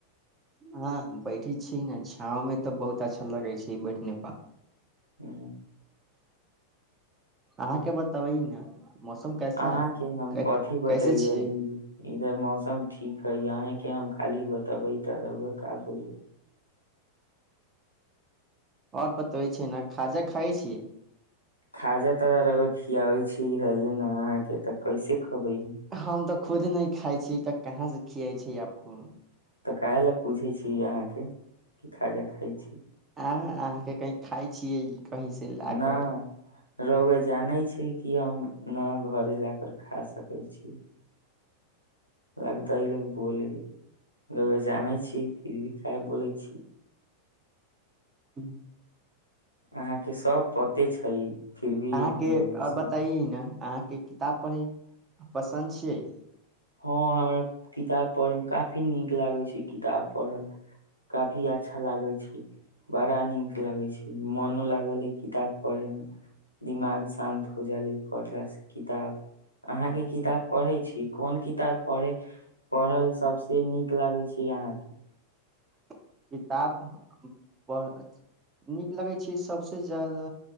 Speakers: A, on the right (about 20°); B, on the left (about 85°).
A: हँ बैठे छीय ने गाँंव मे तऽ बहुत अच्छा लगै छै बैठनेपा
B: ह
A: अहाँके बता अबै ने मौसम कैसा
B: अहााँ
A: है
B: के हम
A: कै-
B: कथिी बतेये
A: कैसे छियै
B: इधर मौसम ठीक है अहे के हम खाली बतेबै त रह काबुल
A: आओर बतबै छै ने खाजा खाइ छियै
B: खाजा तऽ रग खिया होइ छै हल न तऽ कैसे खबै
A: हम तऽ खुदे नहिी खाइ छी तऽ कहाँ से खियै छै आपको
B: तऽ कहय लेलए पूछै छी अहाँके कि खाजा खाइ छी
A: आ अहाँके कही खााय छियै कहीं से ला
B: न
A: कर
B: रहुआ जानै छै की हम न घरे ल कर खा सकै छी लगतै ई लोको बोलैए जानै छी फिर भी खाय बोलै छी
A: ह्म
B: अहाँके सब प कते छै फिर भी
A: अहाँके
B: बोलै
A: आओर
B: छी
A: बताइ ने अहाँके किताब पढ़े पसन्द छियै
B: हँ हमरा किताब पढ़े मे काफी नीक लागैत छै किताब पढ़ल काफी अच्छा लागैत छै बड़ा नीक लागैत छै मोनो लागल किताब पढ़े मे दिमाग शान्त हो जे पढ़ला से किताब अहाँके किताब पढ़ै छी कोन किताब पढ़े पढ़ल सबस नीक लागै छै अहाँके
A: किताब पढ़ नीक लगैत छै सभसँ जादा